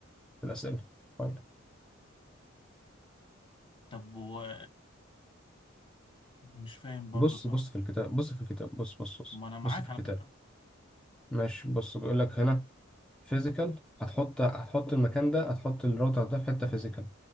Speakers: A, in the centre; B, on the left (about 25°).
A: في الأسئلة فايدة
B: طب و- مش فاهم برضو
A: بص
B: الفرق
A: بص في الكتاب بص في الكتاب بص بص بص
B: ما انا معاك
A: بص في
B: على
A: الكتاب
B: فكرة
A: ماشي بص بيقول لك هنا فيزيكال هتحط هتحط المكان ده هتحط الراوتر ده في حته فيزيكال